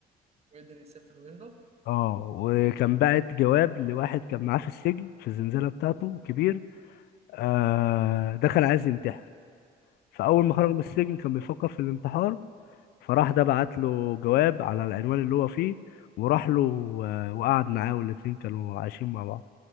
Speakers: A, on the right (about 40°); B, on the left (about 70°).
A: وقدر يسافر ويهرب
B: اه وكان باعت جواب لواحد كان معاه في السجن في الزنزانة بتاعته كبير آه
A: امم
B: دخل عايز ينتحر فأول ما
A: اه
B: خرج من السجن كان بيفكر في الانتحار فراح ده بعت له جواب على العنوان اللي هو فيه وراح له آه، وقعد معاه والاتنين كانوا عايشين مع بعض